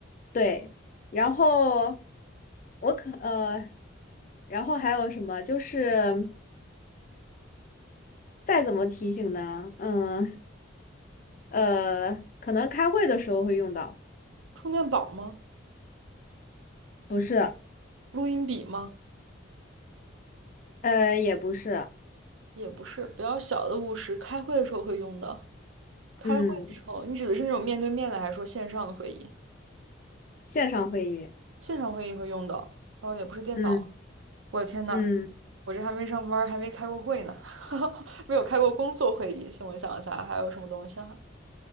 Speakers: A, on the left; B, on the right.
A: 对，然后我可呃，然后还有什么就是。再怎么提醒呢？嗯，呃，可能开会的时候会用到，
B: 充电宝吗？
A: 不是，
B: 录音笔吗？
A: 呃，也不是，
B: 也不是，比较小的务实，开会的时候会用的。开会的时候，
A: 嗯，
B: 你指的是那种面对面的，还是说线上的会议？
A: 线上会议，
B: 线上会议会用到，然后也不是电脑。
A: 嗯
B: 我的天呐，
A: 嗯
B: 我这还没上班儿还没开过会呢，<laughs> 没有开过工作会议。先我想一下，还有什么东西啊？